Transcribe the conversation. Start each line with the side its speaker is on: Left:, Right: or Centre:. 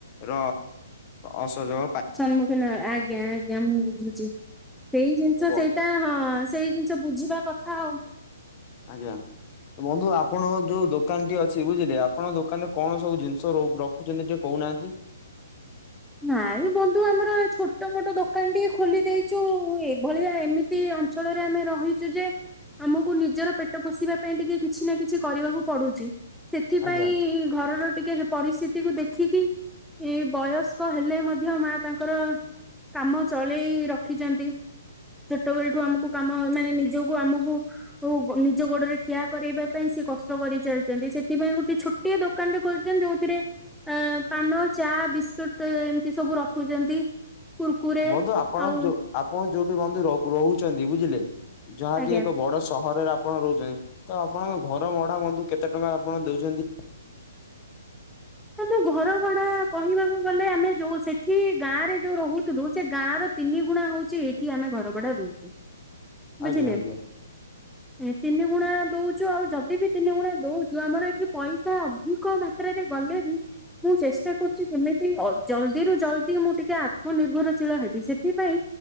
Left: ର ଅସଯବ
Centre: ସମ୍ମୁଖୀନ ଆଜ୍ଞା ଆଜ୍ଞା ମୁଁ ବୁଝୁଛି ସେଇ ଜିନିଷ
Left: ଏବଂ
Centre: ସେଇଠ ତା ହଁ ସେଇ ଜିନିଷ ବୁଝିବା କଥା ଆଉ।
Left: ଆଜ୍ଞା। ବନ୍ଧୁ ଆପଣଙ୍କ ଯୋଉ ଦୋକାନ ଟି ଅଛି ବୁଝିଲିେ ଆପଣ ଦୋକାନରେ କଣ ସବୁ ଜିନିଷ ରଖୁଛନ୍ତି ଟିକେ କହୁନାହାନ୍ତି?
Centre: ନାଇଁ ବନ୍ଧୁ ଆମର ଛୋଟ ମୋଟ ଦୋକାନ ଟିକେ ଖୋଲି ଦେଇଛୁ ଏଭଳିଆ ଏମିତି ଅଞ୍ଚଳରେ ଆମେ ରହିଛୁ ଯେ ଆମକୁ ନିଜର ପେଟ ପୋଷିବା ପାଇଁ ଟିକେ କିଛି ନା କିଛି କରିବାକୁ ପଡୁଛି। ସେଥିପାଇଁ
Left: ଆଜ୍ଞା
Centre: ଘରର ଟିକେ ପରିସ୍ଥିତିକୁ ଦେଖିକି ଏ ବୟସ ହେଲେ ମଧ୍ୟ ମା ତାଙ୍କର କାମ ଚଳେଇ ରଖିଛନ୍ତି। ଛୋଟବେଳଠୁ ଆମକୁ କାମ ମାନେ ନିଜକୁ ଆମକୁ ତ ନିଜ ଗୋଡରେ ଠିଆ କରାଇବା ପାଇଁ ସେ କଷ୍ଟ କରିଚାଲିଛନ୍ତି ସେଥିପାଇଁ ଗୋଟେ ଛୋଟ ଗୋଟିଏ ଦୋକାନ ରେ ଖୋଲିଛନ୍ତି ଯୋଉଥିରେ ପାନ ଚା ବିସ୍କୁଟ ତ ଏମିତି ସବୁ ରଖୁଛନ୍ତି। କୁୁରକୁରେ
Left: ମୁଁ ତ ଆପଣଙ୍କୁ
Centre: ଆଉ
Left: ଆପଣ ଯୋଉଠି ବନ୍ଧୁ ରହୁ ରହୁଛନ୍ତି ବୁଝିଲେ ଯାହାକି
Centre: ଆଜ୍ଞା।
Left: ଏକ ବଡ ସହରରେ ଆପ ଆପଣ ରହୁଛନ୍ତି ତ ଆପଣଙ୍କ ଘର ଭଢା ବନ୍ଧୁ କେତେ ଟଙ୍କା ଆପଣ ଦଉଛନ୍ତି?
Centre: ବନ୍ଧୁ ଘର ଭଡା କହିବାକୁ ଗଲେ ଆମେ ଯୋଉ ସେଠି ଗାଁରେ ଯୋଉ ରହୁଥିଲୁ ସେ ଗାଁର ତିନି ଗୁଣା ହଉଛି ଏଠି ଆମେ ଘର ଭଡା ଦହୁଛୁ ବୁଝିଲେ।
Left: ଆଜ୍ଞା ଆଜ୍ଞା
Centre: ଏ ତିନି ଗୁଣା ଦଉଛୁ ଆଉ ଯଦି ବି ତିନି ଗୁଣା ଦଉଚୁ ଆମର ଏଠି ପଇସା ଅଧିକ ମାତ୍ରାରେ ଗଲେବି ମୁଁ ଚେଷ୍ଟା କରୁଚି କେମିତି ଅ ଜଲ୍ଦିରୁୁ ଜଲ୍ଦି ମୁଁ ଟିକେ ଆତ୍ମନିର୍ଭରଶୀଳ ହେବି ସେଥିପାଇଁ